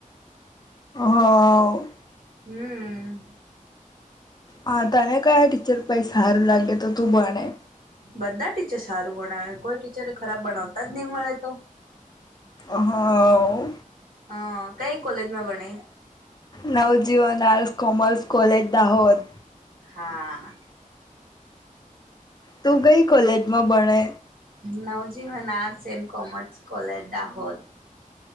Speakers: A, on the left; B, on the right.
A: હા હો
B: હમ
A: હા તને કયા ટીચર પાઈ સારું લાગે તો તું ભને
B: બધા ટીચર સારું ભણાવે કોઈ ટીચર ખરાબ ભણાવતા જ નહી મળે તો
A: હા
B: હ કઈ કોલેજમાં બણઈ
A: નવજીવનર્ કોમર્સ કોલેજ દાહોત
B: હા
A: તું કઈ કોલેજમાં ભણે
B: નવજી મન arts and commerce college Dahod